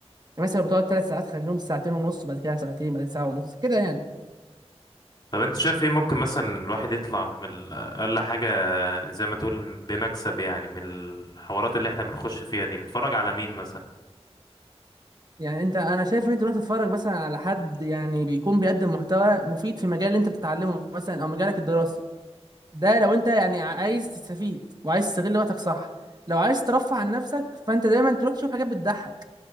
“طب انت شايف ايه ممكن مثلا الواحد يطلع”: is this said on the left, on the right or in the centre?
Left